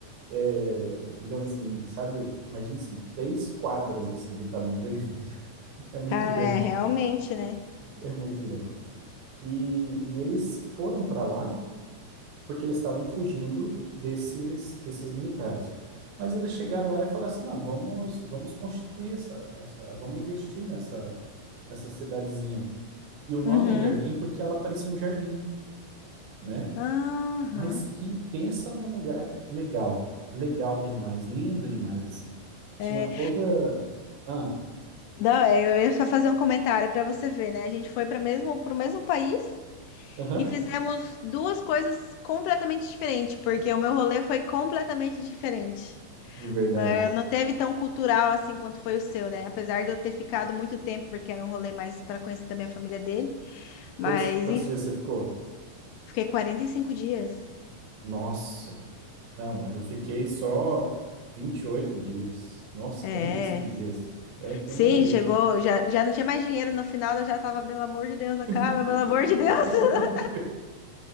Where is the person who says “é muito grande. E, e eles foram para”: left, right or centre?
Right